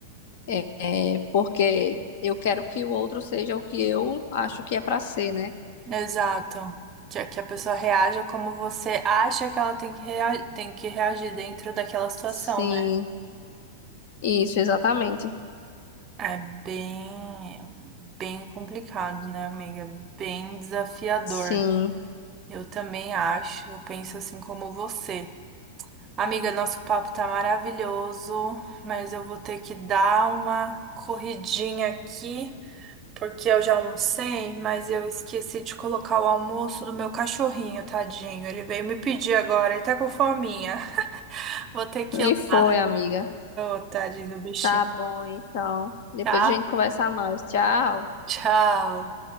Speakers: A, on the left; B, on the right.
A: é, é, porque eu quero que o outro seja o que eu acho que é para ser, né?
B: Exato. Que, que a pessoa reaja como você acha que ela tem que, rea- tem que reagir dentro daquela situação,
A: Sim,
B: né?
A: isso, exatamente.
B: É bem, bem complicado, né, amiga? Bem desafiador.
A: Sim.
B: Eu também acho, eu penso assim como você. Amiga, nosso papo tá maravilhoso, mas eu vou ter que dar uma corridinha aqui, porque eu já almocei, mas eu esqueci de colocar o almoço do meu cachorrinho, tadinho. Ele veio me pedir agora, ele tá com fominha. <laughs> Vou ter que ir
A: E foi,
B: lá.
A: amiga.
B: Ô, tadinho do bichinho,
A: Tá bom, então. Depois
B: tá?
A: a gente conversa mais. Tchau.
B: Tchau.